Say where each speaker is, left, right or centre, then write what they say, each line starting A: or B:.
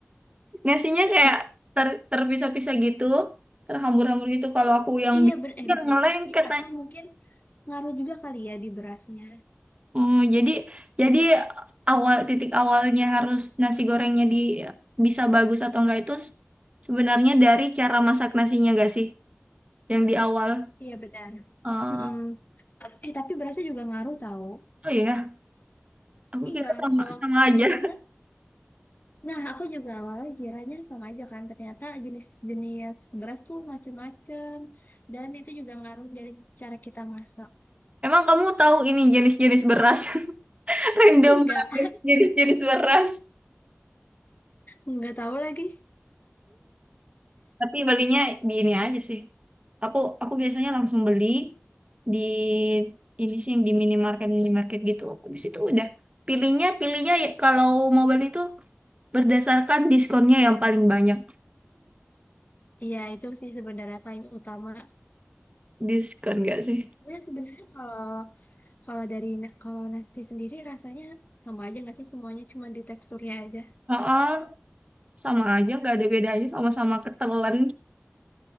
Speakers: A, on the right; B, on the left.
A: <laughs> nasinya kayak ter terpisah-pisah gitu, terhambur-hambur gitu kalau aku yang
B: Iya,
A: bikin
B: ber eh
A: dia
B: bisa
A: ngelengket
B: jadi sih. Atau mungkin ngaruh juga kali ya di berasnya.
A: Oh, jadi jadi awal titik awalnya harus nasi gorengnya di bisa bagus atau enggak itu s- sebenarnya dari cara masak nasinya enggak sih? Yang di awal.
B: Iya benar.
A: Eh,
B: Mm-mm. Eh tapi berasnya juga ngaruh tahu.
A: oh iya, aku
B: Iya,
A: kira sama
B: setahu aku
A: sama
B: sih
A: aja.
B: misalnya, nah aku juga awalnya kiranya sama aja kan, ternyata jenis-jenis beras tuh macem-macem, dan itu juga ngaruh dari cara kita masak.
A: <laughs> Emang kamu tahu ini jenis-jenis beras? <laughs>
B: <laughs>
A: Random
B: Enggak,
A: banget jenis-jenis beras.
B: enggak tahu lagi.
A: Tapi belinya di ini aja sih. Aku aku biasanya langsung beli di ini sih yang di minimarket minimarket gitu. Habis itu udah pilihnya pilihnya ya kalau mau beli itu Berdasarkan diskonnya yang paling banyak.
B: Iya itu sih sebenarnya paling utama.
A: Diskon gak sih?
B: Dan sebenarnya kalau kalau dari na- kalau nasi sendiri rasanya sama aja nggak sih semuanya, cuma di teksturnya aja.
A: Heeh, sama aja, gak ada bedanya sama-sama ketelan.